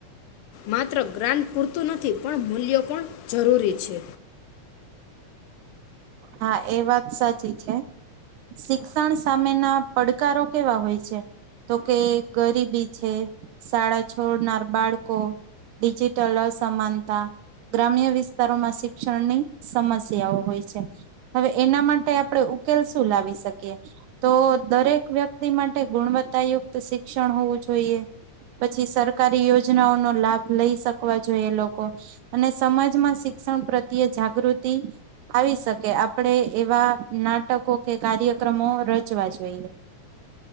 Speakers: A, on the left; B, on the right.
A: માત્ર ગ્રાન્ટ પૂરતું નથી, પણ મૂલ્યો પણ જરૂરી છે.
B: હા એ વાત સાચી છે. શિક્ષણ સામેના પડકારો કેવા હોય છે. તો કે ગરીબી છે. શાળા છોડનાર બાળકો, ડિજિટલ અસમાનતા ગ્રામ્ય, વિસ્તારોમાં શિક્ષણની સમસ્યાઓ હોય છે. હવે એના માટે આપણે ઉકેલ શું લાવી શકીએ તો દરેક વ્યક્તિ માટે ગુણવત્તાયુક્ત શિક્ષણ હોવું જોઈએ. પછી સરકારી યોજનાઓનો લાભ લઈ શકવા જોઈએ લોકો, અને સમાજમાં શિક્ષણ પ્રત્યે જાગૃતિ આવી શકે. કે આપણે એવા નાટકો કે કાર્યક્રમો રચવા જોઈએ.